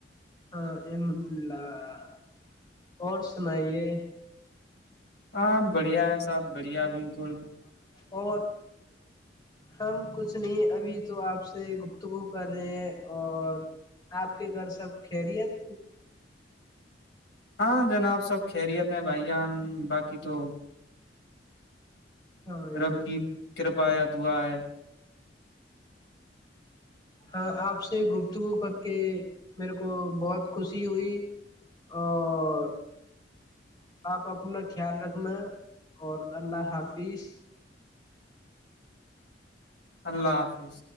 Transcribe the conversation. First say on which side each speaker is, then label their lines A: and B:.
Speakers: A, on the left (about 25°); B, on the left (about 75°).
A: ہاں احمد اللہ اور سنائیے
B: ہاں بڑھیا ہے صاحب بڑھیا بلکل
A: اور ہم کچھ نہیں ابھی تو آپ سے گفتگو کر رہے ہیں۔ اور آپ کے گھر سب خیریت؟
B: ہاں جناب سب خریت ہیں بھائی جان، باقی تو
A: ہاں بھائی
B: رب
A: جان،
B: کی کرپا یا دعا ہے
A: ہاں آپ سے گفتگو کر کے میرے کو بہت خوشی ہوئی اور آپ اپنا خیال رکھنا اور اللہ حافظ
B: اللہ حافظ